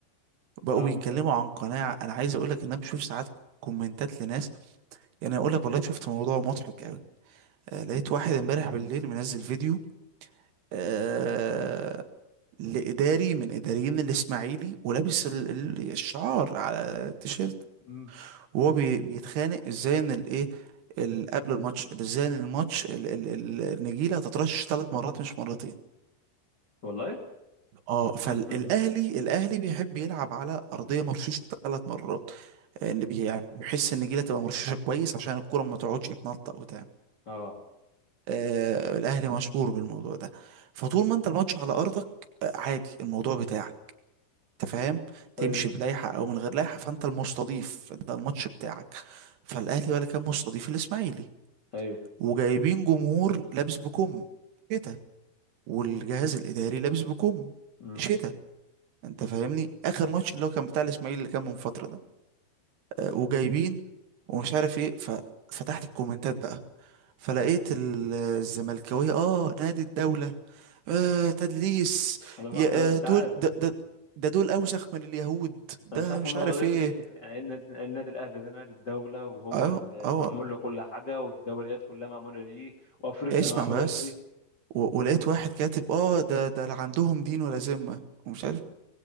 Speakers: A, on the right (about 65°); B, on the left (about 25°).
A: بقوا
B: طعمه
A: بيتكلموا
B: فعلا
A: عن قناعة أنا عايز أقولك إن أنا بشوف ساعات كومنتات لناس يعني أقولك والله شفت موضوع مضحك أوي آه لقيت واحد امبارح بالليل منزل فيديو آه لإداري من إداريين الإسماعيلي ولابس ال- ال- الشعار على التيشيرت
B: مم.
A: وهو بي- بيتخانق إزاي إن الإيه ال- قبل الماتش إن ازاي إن الماتش ال- ال- ال- النجيله هتترشش ثلاث مرات مش مرتين
B: والله
A: اه
B: <laughs>
A: فالاهلي الاهلي بيحب يلعب على ارضيه مرشوشه ثلاث مرات آه، ان بي- يعني بيحس ان الجيله تبقى مرشوشه كويس عشان الكره ما تقعدش تنطق وتعمل
B: اه
A: آه الاهلي مشهور بالموضوع ده فطول ما انت الماتش على ارضك آه عادي الموضوع بتاعك انت فاهم تمشي
B: ايوه
A: بلائحه او من غير لائحه فانت المستضيف ده الماتش بتاعك فالاهلي ولا كان مستضيف الاسماعيلي
B: ايوه
A: وجايبين جمهور لابس بكم شتا والجهاز
B: مم.
A: الاداري لابس بكم
B: مم.
A: شتا انت فاهمني اخر ماتش اللي هو كان بتاع الاسماعيلي اللي كان من فتره ده آه، وجايبين ومش عارف ايه ففتحت الكومنتات بقى فلقيت ال- الزملكاويه اه نادي الدوله آه تدليس
B: انا ما...
A: يا
B: انا مش
A: آه دول
B: عارف
A: ده, ده, ده دول اوسخ من اليهود ده
B: انا مش عارف
A: مش
B: هما
A: عارف
B: واخدين
A: ايه
B: ليه يعني إيه النادي النادي الاهلي ده نادي الدوله وهو
A: اه
B: اللي
A: اه
B: معمول له كل حاجه والدوريات كلها معموله ليه وافريقيا
A: اسمع
B: معموله
A: بس
B: ليه
A: و- ولقيت واحد كاتب اه ده ده لا عندهم دين ولا ذمه ومش عارف